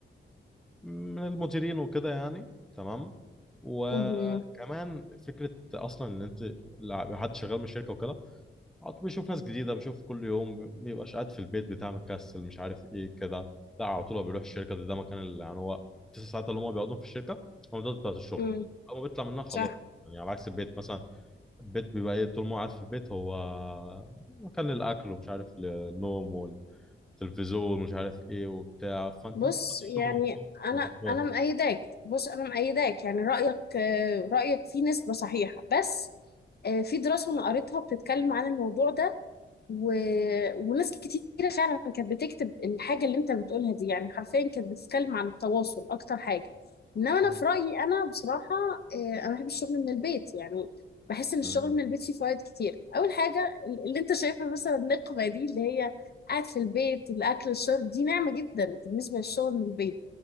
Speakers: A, in the centre; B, on the left.
A: من المديرين وكده يعني تمام وكمان
B: امم
A: فكره اصلا ان انت لو حد شغال من الشركه وكده على طول بيشوف ناس جديده بيشوف كل يوم ما بيبقاش قاعد في البيت بتاع مكسل مش عارف ايه كده لا على طول هو بيروح الشركه ده, ده مكان اللي يعني هو تسع ساعات اللي هم بيقعدوا في الشركه هم ده بتاعت الشغل
B: امم
A: اول ما بيطلع منها خلاص
B: صح
A: يعني على عكس البيت مثلا البيت بيبقى ايه طول ما هو قاعد في البيت هو مكان للاكل ومش عارف للنوم تلفزيون مش عارف ايه وبتاع فانت
B: بص
A: انت بتخش
B: يعني
A: الشغل وتقوم
B: انا
A: يبقى حوار
B: انا مأيداك بص انا مأيداك يعني رأيك آه، رأيك فيه نسبة صحيحة بس آه، في دراسة انا قريتها بتتكلم عن الموضوع ده و... وناس كتيرة فعلا كانت بتكتب الحاجة اللي انت بتقولها دي يعني حرفيا كانت بتتكلم عن التواصل اكتر حاجة انما انا
A: مم.
B: في رأيي انا بصراحة آه، انا بحب الشغل من البيت يعني بحس ان الشغل
A: مم.
B: من البيت فيه فوائد كتير اول حاجة اللي انت شايفها مثلا النقمة دي اللي هي قاعد في البيت الاكل الشرب دي نعمة جدا بالنسبة للشغل من البيت